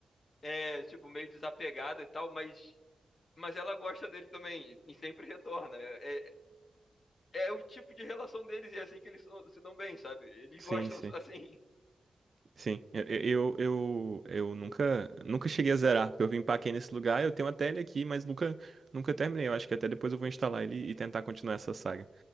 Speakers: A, on the left (about 45°); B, on the right (about 45°).
A: É, tipo, meio desapegada e tal, mas Mas ela gosta dele também e sempre retorna. É, é, é o tipo de relação deles e é assim que eles so- se dão bem, sabe? Eles
B: Sim,
A: gostam,
B: sim.
A: <laughs> assim.
B: Sim, eu, eu, eu, eu nunca, nunca cheguei a zerar. Eu vim empaquei nesse lugar, eu tenho até ele aqui, mas nunca, nunca terminei. Eu acho que até depois eu vou instalar ele e tentar continuar essa saga.